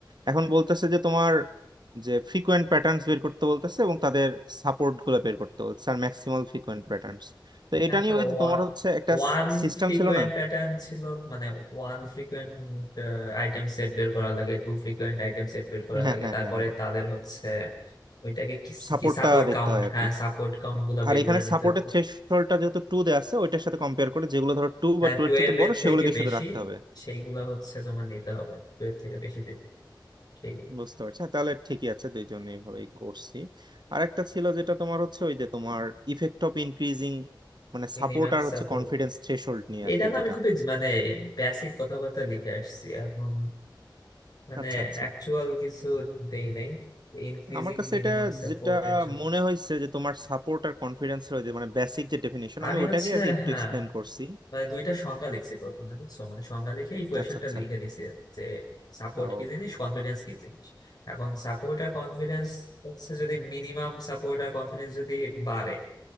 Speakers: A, on the right; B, on the left.
A: এখন বলতেছে যে তোমার যে ফ্রিকোয়েন্ট প্যাটার্নস বের করতে বলতেছে এবং তাদের সাপোর্ট গুলো বের করতে বলতেছে আর ম্যাক্সিমাল ফ্রিকোয়েন্ট প্যাটার্নস তো
B: হ্যাঁ
A: এটা নিয়ে
B: তো
A: ওই যে তোমার হচ্ছে একটা
B: ওয়ান
A: সিস্টেম
B: ফ্রিকোয়েন্ট
A: ছিল না
B: প্যাটার্ন ছিল মানে ওয়ান ফ্রিকোয়েন্ট আইটেম সেট বের করা লাগে টু ফ্রিকোয়েন্ট আইটেম সেট বের করা
A: হ্যাঁ
B: লাগে
A: হ্যাঁ
B: তারপরে
A: হ্যাঁ হ্যাঁ
B: তাদের হচ্ছে ওইটাকে কি
A: সাপোর্টটা
B: কি সাপোর্ট
A: দেখতে
B: কাউন্ট
A: হয় আর
B: হ্যাঁ
A: কি
B: সাপোর্ট কাউন্ট গুলো বের
A: আর এখানে
B: করে নিতে
A: সাপোর্টের
B: হতো
A: থ্রেশহোল্ডটা যেহেতু টু দেওয়া আছে ওইটার সাথে কম্পেয়ার করে যেগুলো ধরো টু
B: হ্যাঁ
A: বা টু
B: টু
A: এর চেয়ে
B: এর বের
A: বড়
B: থেকে
A: সেগুলোকে
B: বেশি
A: শুধু রাখতে হবে
B: সেইগুলা হচ্ছে তোমার নিতে হবে টু এর থেকে বেশি যেগুলো সেইগুলো
A: বুঝতে পারছি হ্যাঁ, তাহলে ঠিকই আছে দুইজন এইভাবেই করছি আর একটা ছিল যেটা তোমার হচ্ছে ওই যে তোমার ইফেক্ট অফ ইনক্রিজিং মানে
B: মিনিমাম
A: সাপোর্ট আর
B: সাপোর্ট
A: হচ্ছে কনফিডেন্স থ্রেশহোল্ড নিয়ে
B: এটা
A: আর কি
B: না
A: যেটা
B: আমি খুবই মানে বেসিক কথাবার্তা লিখে আসছি এখন মানে
A: আচ্ছা আচ্ছা
B: অ্যাকচুয়াল কিছু দেই নাই ইনক্রিজিং
A: আমার কাছে
B: মিনিমাম
A: এটা
B: সাপোর্টের
A: যেটা
B: জন্য
A: মনে হয়েছে যে তোমার সাপোর্ট আর কনফিডেন্সের ওই যে মানে বেসিক যে ডেফিনেশন
B: আমি
A: আমি ওইটাকে
B: হচ্ছে
A: আর কি একটু
B: হ্যাঁ
A: এক্সপ্লেন করছি
B: মানে দুইটা সংজ্ঞা লিখছি প্রথমে বুঝছো মানে সংজ্ঞা লিখে এই কোয়েশনটা
A: আচ্ছা আচ্ছা
B: লিখে দিছি আর কি, যে সাপোর্ট
A: ও
B: কি জিনিস কনফিডেন্স কি জিনিস এখন সাপোর্ট আর কনফিডেন্স হচ্ছে যদি মিনিমাম সাপোর্ট আর কনফিডেন্স যদি বাড়ে